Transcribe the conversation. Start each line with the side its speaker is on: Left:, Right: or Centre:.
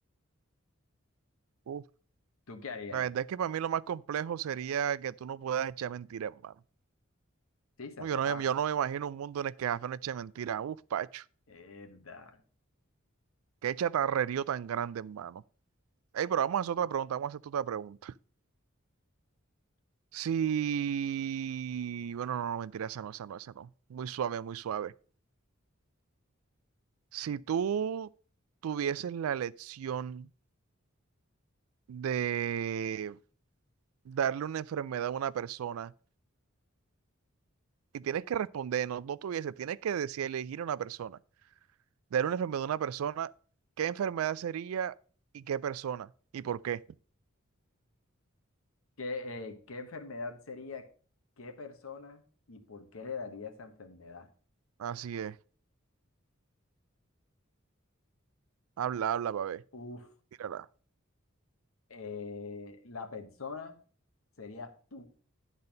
Right: Uf,
Left: ¿Tú qué harías?
Right: la verdad
Left: eh?
Right: es que para mí lo más complejo sería que tú no puedas echar mentiras, mano.
Left: Sí, se
Right: Uy, Yo
Left: será.
Right: no, me- yo no me imagino un mundo en el que Jafé no eche mentira. Uf, Pacho,
Left: Verdad.
Right: qué chatarrerío tan grande, hermano. Ey, pero vamos a hacer otra pregunta, vamos a hacer tu otra pregunta. Si, bueno, no, no, mentira, esa no, esa no, esa no. Muy suave, muy suave. Si tú tuvieses la elección de darle una enfermedad a una persona y tienes que responder, no, no tuviese, tienes que decir, elegir a una persona, darle una enfermedad a una persona, ¿qué enfermedad sería y qué persona y por qué?
Left: ¿Qué, eh, qué enfermedad sería? ¿Qué persona y por qué heredaría esa enfermedad?
Right: Así es. Habla, habla, pa' ver.
Left: Uf,
Right: Tírala.
Left: eh, la persona serías tú.